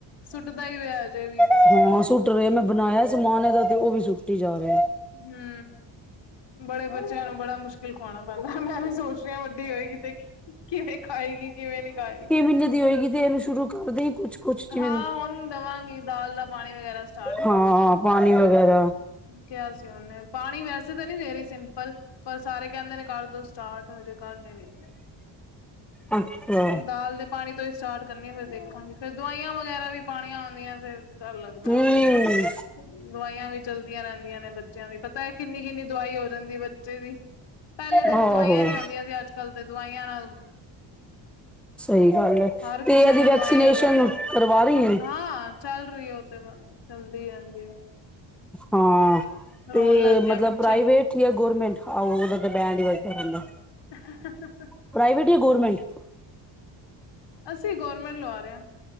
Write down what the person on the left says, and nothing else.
ਸੁੱਟਦਾ ਹੀ ਪਿਆ ਅੱਜੇ ਵੀ।
ਹੂੰ। ਬੜੇ ਬੱਚਿਆਂ ਨੂੰ ਬੜਾ ਮੁਸ਼ਕਿਲ ਖਵਾਉਣਾ ਪੈਂਦਾ ਮੈਂ ਵੀ ਸੋਚ ਰਿਹੀ ਹਾ ਵੱਡੀ ਹੋਏਗੀ ਤੇ ਕਿਵੇਂ ਖਾਏਗੀ ਕਿਵੇਂ ਨੀ ਖਾਏਗੀ।
ਹਾਂ ਹੁਣ ਦੇਵਾਂਗੀ ਦਾਲ ਦਾ ਪਾਣੀ ਵਗੈਰਾ ਸਟਾਰਟ ਕਰਾਂਗੇ
ਕਿਹਾ ਸੀ ਉਹਨੇ ਪਾਣੀ ਵੈਸੇ ਤਾਂ ਨਹੀਂ ਦੇ ਰਹੀ ਸਿੰਪਲ, ਪਰ ਸਾਰੇ ਕਹਿੰਦੇ ਨੇ ਕਰ ਦੋ ਸਟਾਰਟ ਹਜੇ ਕਰ ਨੀ ਰਹੀ ਮੈਂ।
ਦਾਲ ਦੇ, ਪਾਣੀ ਤੋਂ ਹੀ ਸਟਾਰਟ ਕਰਨੀ ਫਿਰ ਦੇਖਾਂਗੇ ਫੇਰ ਦਵਾਈਆਂ ਵਗੈਰਾ ਵੀ ਪਾਣੀਆਂ ਆਉਂਦੀਆਂ ਫੇਰ। ਲੱਗਦਾ
ਬਸ, ਦਵਾਈਆਂ ਵਿੱਚ ਚਲਦੀਆਂ ਰਹਿੰਦੀਆਂ ਨੇ ਬੱਚਿਆਂ ਦੀ ਪਤਾ ਹੈ ਕਿੰਨੀ ਕਿੰਨੀ ਦਵਾਈ ਹੋ ਜਾਂਦੀ ਬੱਚੇ ਦੀ, ਪਹਿਲੇ ਤੇ
ਦਵਾਈਆਂ ਨਹੀ ਹੂੰਦੀਆਂ ਸੀ ਅੱਜ -ਕੱਲ ਤੇ ਦਵਾਈਆਂ ਨਾਲ
ਹਰ ਕਿਸੇ
ਨੂੰ
ਦਵਾਈਆਂ- ਦਵਾਈਆਂ,
ਹਾਂ! ਚੱਲ ਰਹੀ ਉਹ ਤੇ ਬਸ, ਚੱਲਦੀ ਰਹਿੰਦੀ ਹੈ।
ਰੋਣ ਲੱਗ ਗਿਆ
ਪਿੱਛੇ
ਹ -ਹ -ਹ -ਹ
ਅਸੀਂ ਗੌਰਮੈਂਟ ਲਵਾ ਰਹੇ ਹਾਂ।